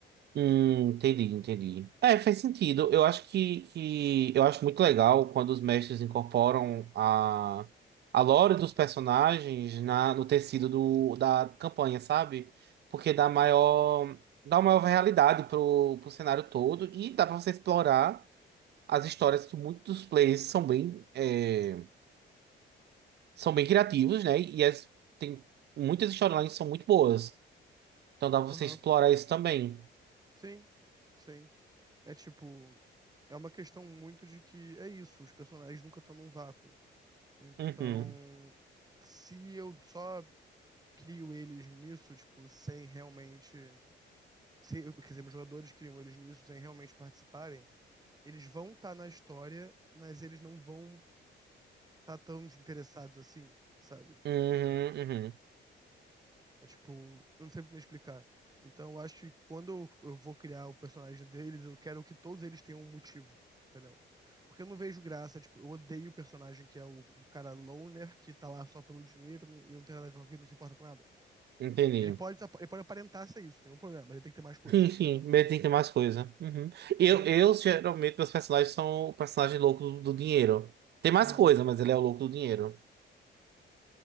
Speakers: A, on the right; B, on the right.
A: Hum, entendi, entendi. É, faz sentido. Eu acho que, que eu acho muito legal quando os mestres incorporam a, a lore dos personagens na, no tecido do, da campanha, sabe? Porque dá maior, dá uma maior realidade pro, pro cenário todo e dá pra você explorar as histórias que muitos players são bem, é, são bem criativos, né? E as, tem muitas histórias que são muito boas. Então dá pra você
B: Aham.
A: explorar isso também.
B: Sim, sim. É tipo, é uma questão muito de que é isso, os personagens nunca estão num vácuo. Então,
A: Uhum.
B: se eu só crio eles nisso, tipo, sem realmente. Se, eu- quer dizer, meus jogadores criam eles nisso sem realmente participarem, eles vão estar na história, mas eles não vão estar tão interessados assim, sabe?
A: Uhum, uhum.
B: É tipo, eu não sei muito me explicar. Então, eu acho que quando eu, eu vou criar o personagem deles, eu quero que todos eles tenham um motivo, entendeu? Porque eu não vejo graça, tipo, eu odeio o personagem que é o, o cara loner, que tá lá só pelo dinheiro não- e não tem nada a ver com aquilo, não se importa com nada.
A: Entendi.
B: Ele pode, ap- ele pode aparentar ser isso, tem um problema, mas ele tem que ter mais coisa,
A: Sim, sim.
B: entendeu?
A: Medo tem que ter mais coisa. Uhum. Eu,
B: Então,
A: eu, geralmente, meus personagens são o personagem louco do, do dinheiro. Tem mais
B: aham.
A: coisa, mas ele é o louco do dinheiro.